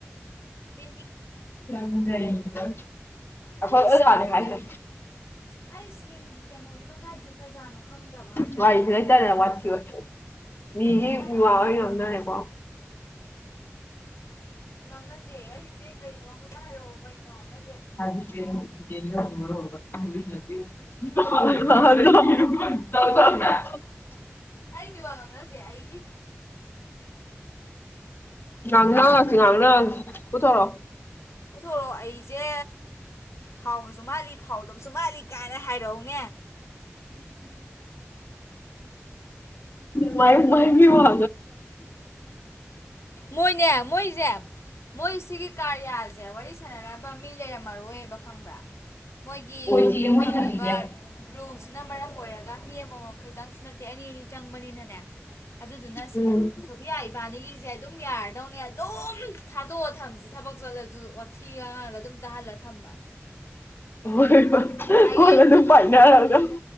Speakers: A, on the left; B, on the left.
A: ꯄ
B: ꯌꯥꯝꯖꯔꯤꯗ ꯑꯩꯈꯣꯏ
A: ꯑꯩ ꯏꯁꯀꯤꯟꯒꯤ
B: ꯑꯗꯨ ꯋꯥꯅꯤ ꯍꯥꯏꯖꯦ
A: ꯑꯩ ꯏꯁꯀꯤꯟꯒꯤ ꯀꯩꯅꯣꯗꯨꯅ ꯀꯥꯏ ꯆꯠꯈ꯭ꯔꯖꯥꯠꯅꯣ ꯈꯪꯗꯕ ꯍꯥꯏꯇꯥꯔꯦꯅꯦ
B: ꯋꯥꯔꯤꯁꯦ ꯂꯩꯇꯔꯦ ꯋꯥꯊꯤꯕ ꯃꯤꯒꯤ
A: ꯃꯥꯏ
B: ꯃꯤ
A: ꯃꯥꯏ
B: ꯋꯥ ꯑꯣꯏꯅ
A: ꯊꯣꯛꯄ
B: ꯌꯣꯗꯅꯦꯀꯣ
A: ꯅꯪ ꯅꯁꯦ ꯑꯩꯁꯦ ꯀꯩꯅꯣ ꯈ ꯍꯥꯏꯔꯛꯑꯣ ꯀꯩꯅꯣ ꯅ
B: ꯔ ꯁꯥ <inaudible>
A: ꯑꯩ ꯃꯤ ꯋꯥ ꯉꯪꯅꯁꯦ ꯑꯩꯒꯤ
B: ꯉꯪꯅ ꯉꯁꯤ ꯉꯪꯅ ꯉꯁꯤ ꯀꯊꯔꯣ
A: ꯄꯨꯊꯣꯔꯛꯑꯣ ꯑꯩꯁꯦ ꯐꯥꯎꯕꯁꯨ ꯃꯥꯜꯂꯤ ꯐꯥꯎꯗꯕꯁꯨ ꯃꯥꯜꯂꯤ ꯀꯥꯏꯅ ꯍꯥꯏꯔꯛꯎꯅꯦ
B: ꯃ ꯃꯥꯏꯕꯤ ꯋꯥ
A: ꯃꯣꯏꯅꯦ ꯃꯣꯏꯁꯦ ꯃꯣꯏꯁꯤꯒꯤ ꯀꯥꯔꯌꯥꯁꯦ ꯋꯥꯔꯤ ꯁꯅꯅꯕ ꯃꯤ ꯂꯩꯔꯝꯃꯔꯣꯏꯕ ꯈꯪꯕ꯭ꯔꯥ ꯃꯣꯏꯒꯤ
B: ꯑꯩꯈꯣꯏ ꯆꯦ ꯃꯣꯏꯊꯕꯤꯁꯦ
A: ꯊꯝꯃꯤꯕ ꯔꯨꯁ ꯅ ꯃꯔꯝ ꯑꯣꯏꯔꯒ ꯃꯤ ꯑꯃꯃꯝ ꯈꯇꯪꯁꯨ ꯅꯠꯇꯦ ꯑꯅꯤ ꯑꯅꯤ ꯆꯪꯕꯅꯤꯅꯅꯦ ꯑꯗꯨꯗꯨꯅ
B: ꯎꯝ
A: ꯁꯣꯐꯌꯥ ꯏꯕꯥꯅꯤꯒꯤ ꯦ ꯑꯗꯨꯝ ꯌꯥꯔꯗꯧꯅ ꯑꯗꯨꯝ ꯊꯥꯗꯣꯛꯑ ꯊꯝꯁ ꯊꯕꯛ ꯆꯠꯂꯁꯨ ꯋꯥꯊꯤ ꯉꯔ ꯑꯗꯨꯝ ꯇꯍꯂ ꯊꯝꯕ
B: ꯍꯣꯏ ꯍꯣꯏ
A: ꯍꯡ
B: ꯀꯣꯟ ꯑꯗꯨꯝ ꯄꯥꯏꯅꯔꯒ